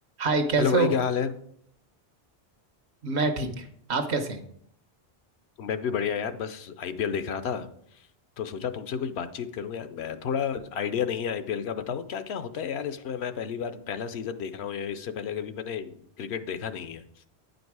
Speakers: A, on the right; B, on the left.
A: हाय कैसे
B: Hello भाई
A: हो
B: क्या हाल है
A: मैं ठीक आप कैसे हैं
B: मैं भी बढ़िया यार बस आईपीएल देख रहा था तो सोचा तुमसे कुछ बातचीत करूं यार मैं थोड़ा आइडिया नहीं है आईपीएल का बताओ क्या क्या होता है यार इसमें मैं पहली बार पहला सीजन देख रहा हूँ यार इससे पहले कभी मैंने क्रिकेट देखा नहीं है